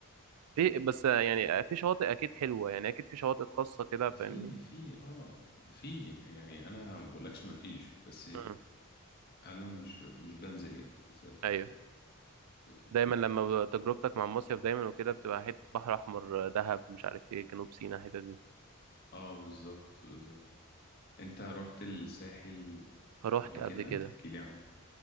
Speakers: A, on the right (about 80°); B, on the left (about 45°).
A: في بس يعني في شواطئ اكيد حلوة يعني اكيد في شواطئ خاصة كده
B: في
A: فاهمني
B: في اه في يعني انا ما بقولكش ما فيش بس
A: مم.
B: انا مش مش بنزل يعني بالذات في
A: ايوه
B: الصيف وكده
A: دايما لما ب- تجربتك مع المصيف دايما وكده بتبقى حتة بحر احمر دهب مش عارف ايه جنوب سيناء الحتة دي
B: اه بالظبط بالظبط انت رحت الساحل
A: رحت
B: قبل كده
A: قبل كده
B: تحكي لي عنه